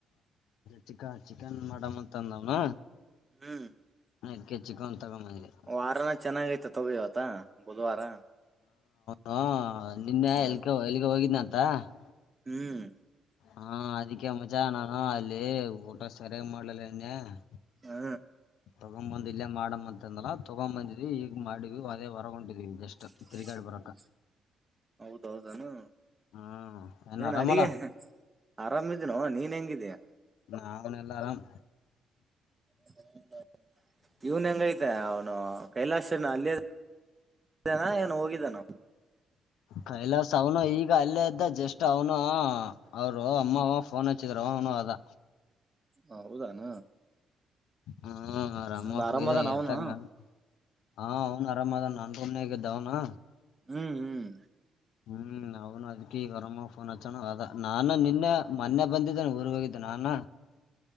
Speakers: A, on the left; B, on the right.
A: ಚಿಕ ಚಿಕನ್ ಮಾಡಮ ಅಂತಂದವ್ನು.
B: ಹ್ಮ್
A: ಅದ್ಕೆ ಚಿಕನ್. ತಗೊಂಡ್ ಬಂದೆ
B: ವಾರಾನ ಚೆನ್ನಾಗ ಐತತ. ತವಿವತ. ತ್ತ ಬುಧವಾರ.
A: ಹ ನಿನ್ನೆ ಎಲ್ಕೆ
B: ಹೌದು
A: ಎಲ್ಲಿಗೆ ಹೋಗಿದ್ದನಂತ್. ತ್ತ ತ
B: ಹ್ಮ್
A: ಹಾ ಅದಕ್ಕೆ ಮಜಾ ನಾನು. ಹಾ ಅಲ್ಲಿ ಊಟ ಸರಿಯಾಗಿ ಮಾಡ್ಲಿಲ್ಲ ಹೆಂಗೆ ಹ್ಮ್ಮ್.
B: ಹಾ
A: ತಗೊ್ಂಬಂದ್ ಇಲ್ಲೇ ಮಾಡಮ ಅಂತ ಅಂದ್ನ್ ತೊಗೊಂಬಂದಿದ್ವಿ ಈಗ ಮಾಡಿದ್ವಿ ಅದೇ ಹೊರಗೊಂಟಿದ್ವಿ ಜಸ್ಟ್.
B: ಹ್ಮ
A: ತಿರ್ಗಾಡಿ ಬರಕ
B: ಹೌದೌದನು.
A: ಹ್ಮ್
B: ಏನ್
A: ಆರಾಮಲ್ಲ
B: ಅಡಿಗೆ ಆರಾಮಿದಿನೋ ನೀನೇ. ಹೇಂಗಿದೆಯಾ.
A: ನಾವುನು ಎಲ್ಲಾ ಆರಾಮ್.
B: ಹ <unintelligible> ಇವನ್ ಹೆಂಗೈತೆ ಅವ ನ ಕೈಲಾಶನ ಅಲ್ಲೇ ಅದನ ಏನ ಹೋಗಿದ್ದಾನ.
A: ಕೈಲಾಸ ಅವನು ಈಗ ಅಲ್ಲೇ. ಇದ್ದ ಜಸ್ಟ್ ಅವನು. ಅವರು ಅಮ್ಮಾಅವ್ವ ಫೋನ್ಚ್ಚಿದ್ರ ಅವ್ನು ಲ್ಲ
B: ಹಾ ಹೌದಾನ.
A: ಹ್ಮ್ ಆರಾಮ್
B: ಅದ್ ಆರಾಮದಾನ
A: ಫಯ್ದಾ ಹೇಳ್ತಕ್
B: ಅವನು
A: ನನ್ ಹ ಆರಾಮ ಅದ ನನ್ ರೋಮನಾಗಿದ್ದ ಅವನು.
B: ಹ್ಮ್ ಹ್ಮ್
A: ಹ್ಮ್ ನಾವನು ಅದ್ಕಿ ಈಗ ಅರಮ್ಮ ಫೋನ್ ಹಚ್ಚಣ ಅದ ನಾನ ನಿನ್ನೆ ಮೊನ್ನೆ ಬಂದಿದ್ದನೆ ಊರ್ಗ್ ಹೋಗಿದ್ದೆ ನಾನ.